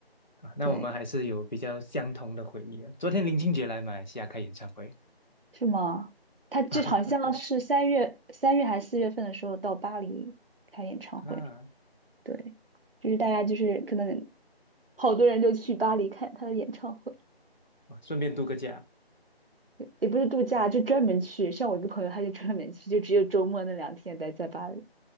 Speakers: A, on the left; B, on the right.
A: 啊，那我们还是有比较相同的回忆啊。
B: 对，
A: 昨天林俊杰来马来西亚开演唱会，
B: 是吗？他就好像是三月三月还是四月份的时候到巴黎开演唱会。
A: <laughs> 对啊，
B: 对，就是大家就是可能好多人就去巴黎看他的演唱会。
A: 哦顺便度个假
B: 也不是度假，就专门去。像我一个朋友，他就专门去，就只有周末那两天待在巴黎。